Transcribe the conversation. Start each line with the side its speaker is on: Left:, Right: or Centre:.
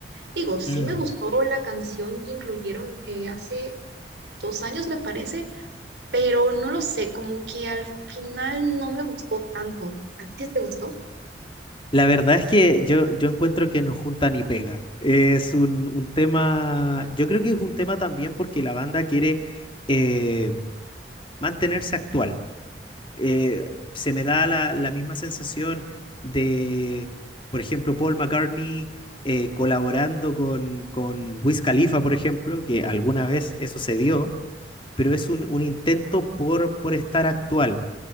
Right: Digo, sí
Left: Mm.
Right: me gustó la canción que incluyeron eh, hace dos años, me parece pero no lo sé, como que al final no me gustó tanto. ¿A ti sí te gustó?
Left: La verdad es que yo, yo encuentro que no junta ni pega. Es un, un tema, yo creo que es un tema también porque la banda quiere eh, mantenerse actual. Eh, se me da la, la misma sensación de, por ejemplo, Paul McCartney eh, colaborando con, con Wiz Khalifa, por ejemplo, que alguna vez eso se dio, pero es un, un intento por, por estar actual.